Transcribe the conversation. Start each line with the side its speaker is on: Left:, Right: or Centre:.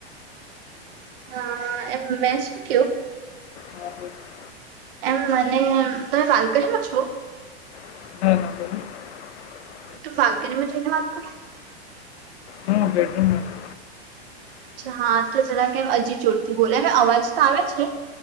Right: હા એમ મેં શું કહું
Left: હ <unintelligible>
Right: એમ મને એમે તમે બાલ્કનીમાં છો.
Left: હ <unintelligible>
Right: તો બાલ્કનીમાં જ‌ઈને વાત કરો.
Left: હા બેડરૂમમાં છે
Right: અચ્છા હા તો જરા કેમ હજી જોર થી બોલે અવાજ તો આવે છે.